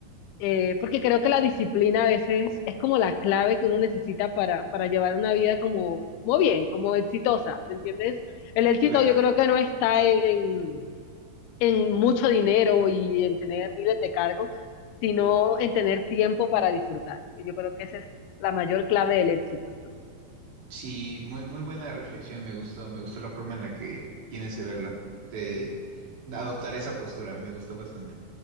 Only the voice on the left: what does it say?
eh, porque creo que la disciplina a veces es como la clave que uno necesita para, para llevar una vida como, muy bien, como exitosa, ¿me entiendes? El éxito
yo creo que no está en, en, en mucho dinero y en tener miles de cargos, sino en tener tiempo para disfrutar. Yo creo que esa es la mayor clave del éxito.